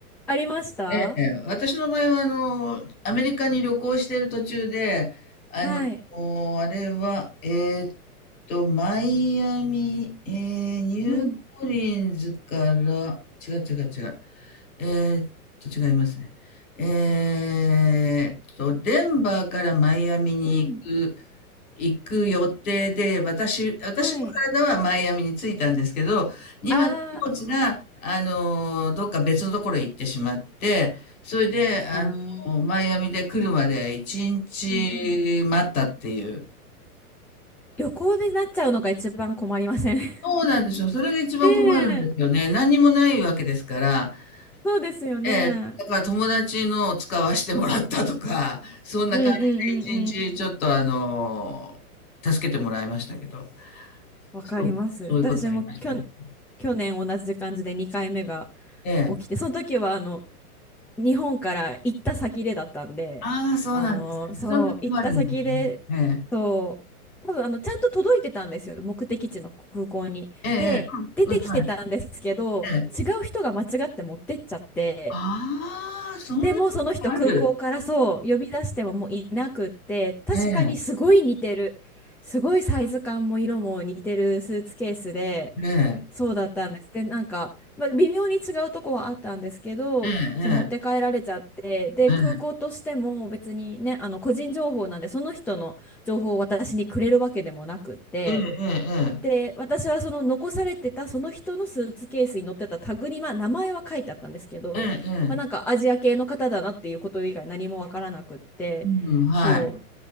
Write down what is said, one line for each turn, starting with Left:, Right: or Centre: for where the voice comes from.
Centre: ありました
Left: ええ、私の場合は、あの、アメリカに旅行している途中で、あの、
Centre: はい。
Left: あれは、えーっと、マイアミ、えーニューオーリンズから、
Centre: うん、
Left: 違う違う違う、えーっと、違いますね。えーっと、デンバーからマイアミに行く
Centre: うん、
Left: 行く予定で、私、私の体はマイアミに着いたんですけど、
Centre: はい。
Left: 今、
Centre: あ
Left: 荷物が、あの、どっか別のところへ行ってしまって、それで、あの、
Centre: ー、あー、
Left: マイアミで来るまで一日待ったっていう。
Centre: うんうん。旅行でなっちゃうのが一番困りません <laughs>
Left: そうなんですよ。それが一番困るんですよね。
Centre: ねえ。
Left: 何にもないわけですから、
Centre: そうですよね。
Left: ええ、だから友達のを使わせてもらったとか、そんな感じで一日ちょっとあの、
Centre: うんうんうんうん。
Left: 助けてもらいましたけど、
Centre: わかります。
Left: そう、そういうことありましたね。
Centre: 私もきょ、去年同じ感じで2回目が
Left: ええ。
Centre: 起きて、その時はあの日本から行った先でだったんで、
Left: ああ、そうなんです。
Centre: あの、そう、
Left: その時もあるんですね。
Centre: 行った先で、
Left: ええ。
Centre: そう、多分あのちゃんと届いてたんですよ、目的地の空港に。
Left: ええええ。
Centre: で、
Left: うん、
Centre: 出てきてたんですけど、
Left: うん、はい。ええ。
Centre: 違う人が間違って持ってっちゃって、
Left: ああ、そんなことがある。
Centre: でもその人空港からそう呼び出してももういなくって確かにすごい似てるすごいサイズ感も色も似てるスーツケースで
Left: ええ、ええ、
Centre: そうだったんですでなんか、まあ、微妙に違うとこはあったんですけどそう持って帰られちゃってで空港としても別にねあの個人情報なんでその人の情報を私にくれるわけでもなくって
Left: ええええ、ええ、ええええ、
Centre: で、私はその残されてたその人のスーツケースに載ってたタグに、まあ、名前は書いてあったんですけど、
Left: ええええええ、
Centre: まあ、なんかアジア系の方だなっていうこと以外何もわからなくって、
Left: うん、はい。
Centre: そう。